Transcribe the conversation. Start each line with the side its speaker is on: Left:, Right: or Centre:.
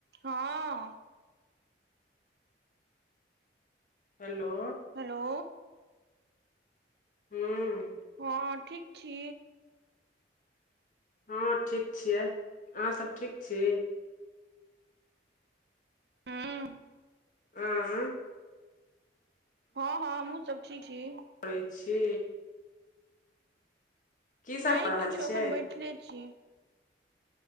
Right: हँ।
Left: Hello!
Right: Hello!
Left: हूँ
Right: हँ ठीक छी
Left: हँ ठीक छियै अहाँ सब ठीक छी
Right: हँ
Left: आं
Right: हँ हँ हमहुँ सब ठीक छी
Left: करै छि की सब
Right: नहि
Left: कऽ रहल
Right: किछो
Left: छियै
Right: एखन बैठले छी